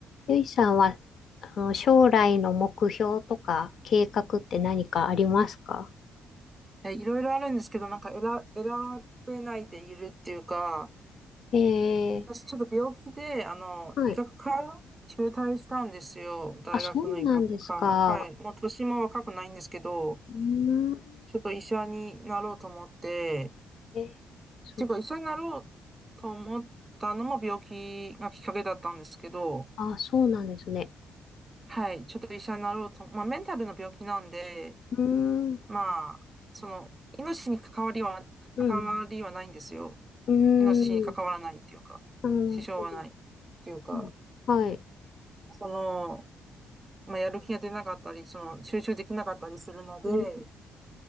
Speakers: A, on the left (about 65°); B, on the right (about 20°).
A: ゆいさんは、あの、将来の目標とか計画って何かありますか
B: えいろいろあるんですけど、なんか選、選べないでいるっていうか、
A: ええ
B: 私ちょっと病気で、あの、
A: はい。
B: 医学科中退したんですよ。大学の医学科。
A: あ、そうなんですか。
B: はい。もう年も若くないんですけど、
A: うーん。
B: ちょっと医者になろうと思って、
A: え、
B: っていうか医者になろうと思ったのも病気がきっかけだったんですけど、
A: そ、あ、そうなんですね。
B: はい。ちょっと医者になろうと、まあメンタルの病気なんで、
A: うーん。
B: まあ、その、命に関わりは、
A: うん。
B: 関わりはないんですよ。
A: うーん。
B: 命に関わらないっていうか、
A: なるほど。
B: 支障はないっていうか、
A: うんはい。
B: その、まあ、やる気が出なかったり、その、集中できなかったりするので、
A: うん。